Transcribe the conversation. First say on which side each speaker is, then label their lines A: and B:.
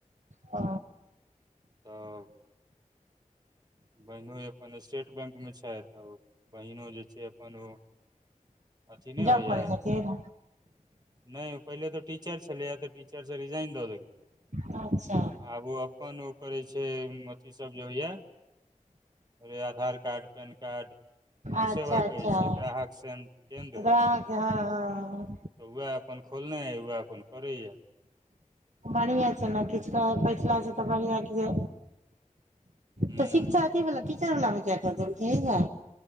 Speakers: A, on the right; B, on the right.
A: ओ
B: तब बहिनोई अपन स्टेट बैंकमे छैथ बहिनो जे छै अपन ओ अथी नैय
A: जॉब
B: होइए
A: करै छथिन
B: नैय पहिले तऽ टीचर छेलैए तऽ टीचर स रिजाइन दऽ देलकै।
A: अच्छा।
B: आब ओ अपन ओ करै छै अथी सब जे होइएा अरे आधार कार्ड पेन कार्ड कुन
A: अच्छा
B: सेवा
A: अच्छा
B: कहै छियै ग्राहक सेन केन्द्र?
A: ओकरा अहाँके हँ
B: तऽ वएह अपन खोलने अइ वएह अपन करैए।
A: बढ़िएँ छै न किछ तऽ बइढ़ला स तऽ बढ़िआँ कि जे
B: ह
A: तऽ शिक्षा अथीवला टीचर वला में किए कऽ देलकै इहै।